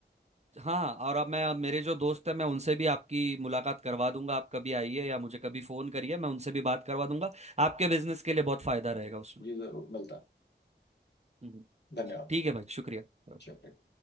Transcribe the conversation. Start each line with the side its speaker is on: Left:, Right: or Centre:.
Right: हाँ और अब मैं अब मेरे जो दोस्त हैं मैं उनसे भी आपकी मुलाकात करवा दूंगा आप कभी आइए या मुझे कभी फोन करिए मैं उनसे भी बात करवा दूंगा आपके बिजनेस के लिए बहुत फायदा रहेगा उसमें
Left: जी जरूर मिलता
Right: हम्म,
Left: है धन्यवाद
Right: ठीक है भाई शुक्रिया
Left: चलिए